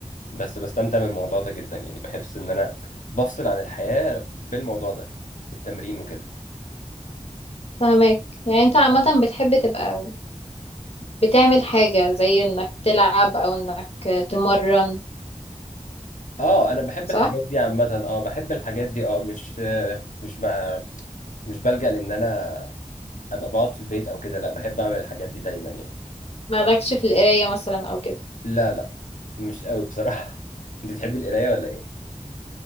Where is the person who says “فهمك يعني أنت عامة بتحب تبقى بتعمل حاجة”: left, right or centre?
Left